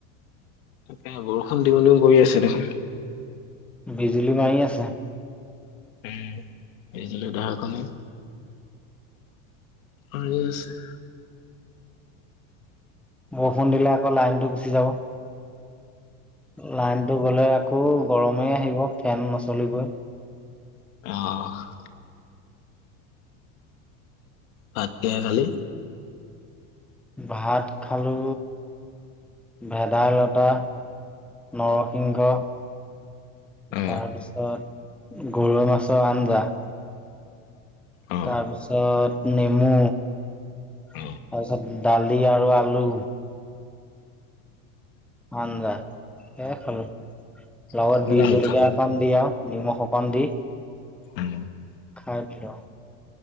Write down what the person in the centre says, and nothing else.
বিজুলী মাৰি আছে।
বৰষুণ দিলে আকৌ লাইনটো গুচি যাব। লাইনটো গ'লে আকৌ গৰমেই আহিব ফেন নচলিবই
ভাত খালো ভেদাইলতা। নৰসিংহ
তাৰপিছত গৰৈ মাছৰ আঞ্জা।
তাৰপিছত নেমু,
তাৰপিছত দালি আৰু আলু। আঞ্জা সেয়ে খালো, লগত
বিজলকীয়া
অকন। দি আৰু নিমখ অকণ দি।
খাই দিলো।